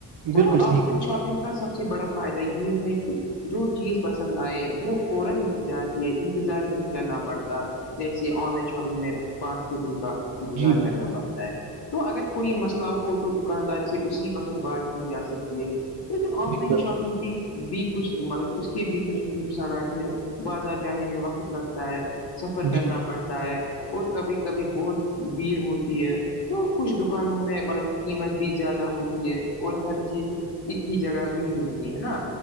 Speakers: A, on the left (about 70°); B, on the right (about 70°).
A: تو
B: بالکل
A: آف
B: صحیح
A: لائن شاپنگ کا سب سے بڑا فائدہ یہ ہے کہ جو چیز پسند ائے وہ فورا مل جاتی ہے انتظار نہیں کرنا پڑتا جیسے آن لائن شاپنگ میں پانچ چھ دن کا انتظار
B: جی بالکل
A: کرنا پڑتا ہے تو اگر کوئی مسئلہ ہو تو دکاندار سے اسی وقت بات کی جا سکتی ہے م آف
B: جی
A: لائن
B: بھائی،
A: شاپنگ کی بھی کچھ مطلب اس کے بھی کچھ نقصانات ہے بازار جانے میں وقت لگتا ہے سفر
B: جی
A: کرنا پڑتا ہے اور کبھی کبھی بہت بھیڑ ہوتی ہے تو کچھ دکانوں میں مطلب قیمت بھی زیادہ ہوتی ہے اور ہر چیز ایک ہی جگہ نکنے لگی ہے نا